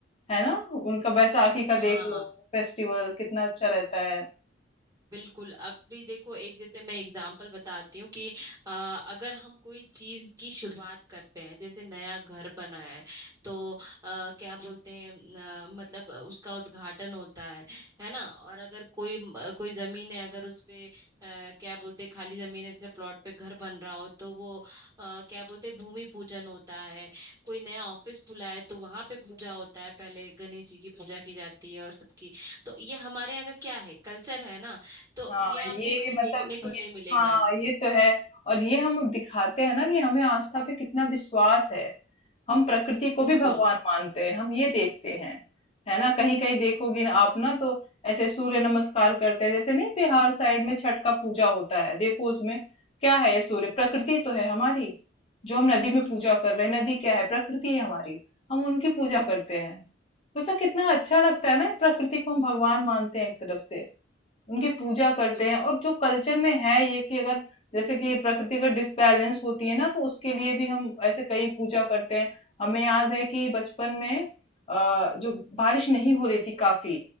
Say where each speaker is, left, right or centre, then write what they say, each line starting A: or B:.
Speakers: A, on the left; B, on the right.
A: है ना उनका बैसाखी
B: हाँ
A: का देख लो फेस्टिवल कितना अच्छा रहता है
B: बिल्कुल अभी देखो एक जैसे मैं एग्जांपल बताती हूँ कि अ, अगर हम कोई चीज की शुरुआत करते हैं जैसे नया घर बना है तो आ, क्या बोलते हैं अ, मतलब उसका उद्घाटन होता है है ना और अगर कोई अ, कोई जमीन है अगर उस पे अ, क्या बोलते हैं खाली जमीन है जैसे प्लॉट पे घर बन रहा हो तो वो अ, क्या बोलते हैं भूमि पूजन होता है कोई नया ऑफिस खुला है तो वहां पे पूजा होता है पहले गणेश जी की पूजा की जाती है और सबकी तो ये हमारे यहाँ का क्या है कल्चर है ना तो
A: हाँ,
B: ये
A: ये
B: आपको कहीं
A: मतलब
B: देखने को
A: ये
B: नहीं मिलेगा
A: हाँ, ये तो है और ये हम दिखाते हैं ना कि हमें आस्था पे कितना विश्वास है। हम प्रकृति को
B: बिल्कुल
A: भी भगवान मानते हैं, हम ये देखते हैं, है ना? कहीं कहीं देखोगी ना आप ना तो ऐसे सूर्य नमस्कार करते हैं जैसे नहीं बिहार साइड में छठ का पूजा होता है। देखो उसमें क्या है ये सूर्य प्रकृति तो है हमारी जो हम नदी में पूजा कर रहे हैं। नदी क्या है? प्रकृति है हमारी। हम उनकी पूजा करते हैं। सोचा कितना अच्छा लगता है ना ये प्रकृति को हम भगवान मानते हैं एक तरफ से उनकी पूजा करते
B: बिल्कुल
A: हैं और जो कल्चर में है ये कि अगर जैसे कि प्रकृति का डिसबैलेंस होती है ना तो उसके लिए भी हम ऐसे कई पूजा करते हैं हमें याद है कि बचपन में अ, जो बारिश नहीं हो रही थी काफी